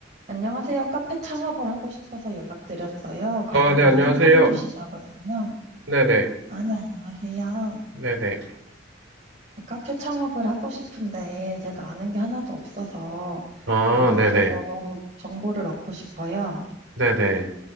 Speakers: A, on the right (about 40°); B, on the right (about 75°).
A: 안녕하세요. 카페 창업을 하고 싶어서 연락드렸어요. 관련해서
B: 아, 네, 안녕하세요.
A: 상담해 주신다고 해서요.
B: 네네,
A: 아니, 안녕하세요.
B: 네네.
A: 카페 창업을 하고 싶은데 제가 아는 게 하나도 없어서
B: 아,
A: 좀 이것저것
B: 네네,
A: 정보를 얻고 싶어요.
B: 네네.